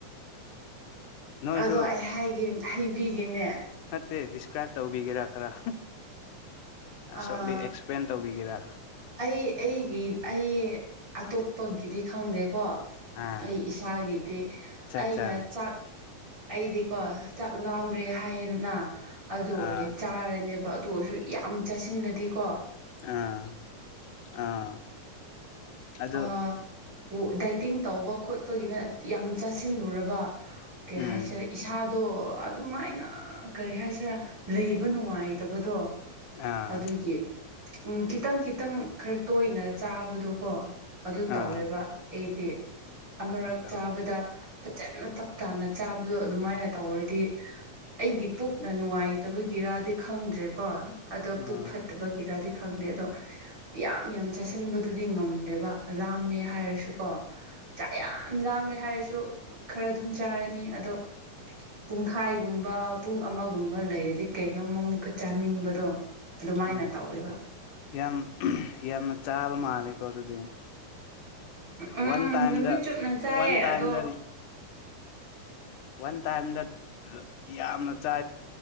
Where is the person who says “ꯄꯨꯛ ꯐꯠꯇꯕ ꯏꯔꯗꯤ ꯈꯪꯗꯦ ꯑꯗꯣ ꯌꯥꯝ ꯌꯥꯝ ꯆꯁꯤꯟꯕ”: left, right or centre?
Right